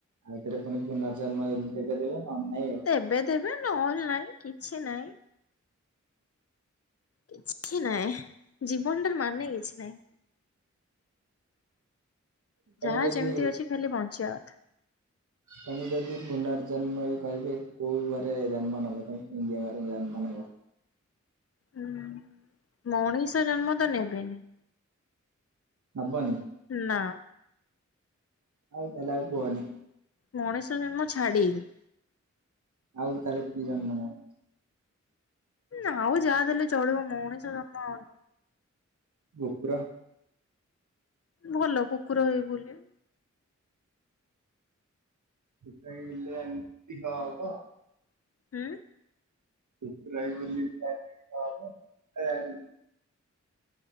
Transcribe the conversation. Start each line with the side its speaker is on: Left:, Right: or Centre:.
Right: ଆଉଥରେ ପୁଣି ପୁନର୍ଜନ୍ମ ଯଦି ଦେବେ ଦେବେ ନହେଲେ ନାଇଁ ଆଉ।
Left: ଦେବେ ଦେବେ ନହଲେ ନାଇଁ କିଛି ନାଇଁ। କିଛି ନାଇଁ ଜୀବନଟାର ମାନେ କିଛି ନାଇଁ।
Right: ତ
Left: ଯାହା
Right: ମୁଁ ଯଦି
Left: ଯେମିତି ଅଛି ଖାଲି ବଞ୍ଚିବା କଥା
Right: ତମେ ଯଦି ପୁନର୍ଜନ୍ମରେ କହିବେ କୋଉ ଘରେ ଜନ୍ମ ହବ ତମେ ଡିଆ ଘରେ ଜନ୍ମ ନବ।
Left: ହୁଁ ମଣିଷ ଜନ୍ମ ତ ନେବେନି।
Right: ହବନି।
Left: ନା।
Right: ଆଉ ତାହେଲେ ଆଉ କୁହନି।
Left: ମଣିଷ ଜନ୍ମ ଛାଡିକି।
Right: ଆଉ ତାହେଲେ କି ଜନ୍ମ ନବ।
Left: ଆଉ ଯାହା ଦେଲେ ଚଳିବ ମଣିଷ ଜନ୍ମ ଆଉ
Right: କୁକୁର।
Left: ଭଲ କୁକୁର ହେଇ ବୁଲିଅ।
Right: ସେଇ ବିଲୁଆ ତି କଣ ହବ।
Left: ହୁଁ।
Right: କୁକୁର ହେଇ ବୁଲିକି <unintelligible>